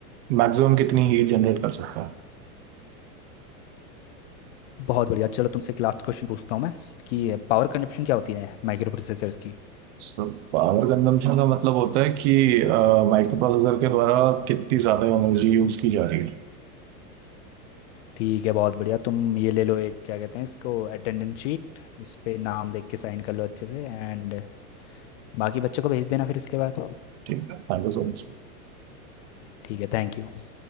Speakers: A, on the right; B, on the left.
A: मैक्सिमम कितनी हीट जनरेट कर सकता है
B: बहुत बढ़िया चलो तुमसे एक लास्ट क्वेश्चन पूछता हूँ मैं कि पावर कंजप्शन क्या होती है माइक्रो प्रोसेसर्स की
A: सो पावर कंजम्पशन का मतलब होता है कि माइक्रो प्रोसेसर के द्वारा कितनी ज़्यादा एनर्जी यूज की जा रही है
B: ठीक है बहुत बढ़िया तुम ये ले लो एक क्या कहते हैं इसको अटेंडेंस शीट इस पे नाम देख के साइन कर लो अच्छे से एंड बाकी बच्चों को भेज देना फिर इसके बाद
A: ठीक है थैंक यू सो मच
B: ठीक है थैंक यू